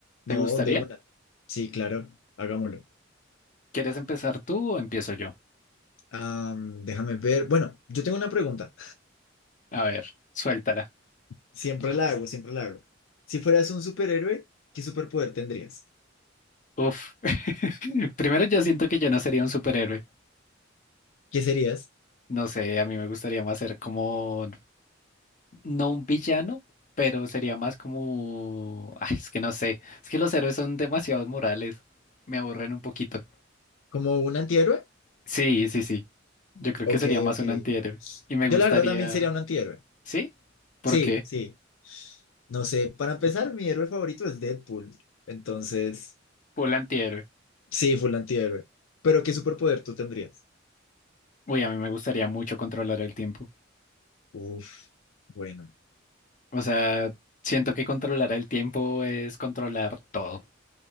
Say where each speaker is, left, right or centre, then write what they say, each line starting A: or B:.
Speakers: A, on the left (about 40°); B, on the left (about 80°).
A: ¿Te
B: No,
A: gustaría?
B: de una. Sí, claro, hagámoslo.
A: ¿Quieres empezar tú o empiezo yo?
B: Am, déjame ver. Bueno, yo tengo una pregunta.
A: A ver, suéltala.
B: <laughs> Siempre la hago, siempre la hago. Si fueras un superhéroe, ¿qué superpoder tendrías?
A: Uf. <laughs> Primero yo siento que yo no sería un superhéroe.
B: ¿Qué serías?
A: No sé, a mí me gustaría más ser como, no un villano, pero sería más como... Ay, es que no sé. Es que los héroes son demasiado morales. Me aburren un poquito.
B: ¿Como un antihéroe?
A: Sí, sí, sí. Yo creo
B: Ok,
A: que sería más
B: ok.
A: un antihéroe. Y me
B: Yo
A: gustaría...
B: la verdad también sería un antihéroe.
A: ¿Sí? ¿Por
B: Sí,
A: qué?
B: sí. No sé, para empezar, mi héroe favorito es Deadpool. Entonces,
A: Full antihéroe.
B: sí, full antihéroe. Pero ¿qué superpoder tú tendrías?
A: Uy, a mí me gustaría mucho controlar el tiempo.
B: Uf, bueno,
A: O sea, siento que controlar el tiempo es controlar todo.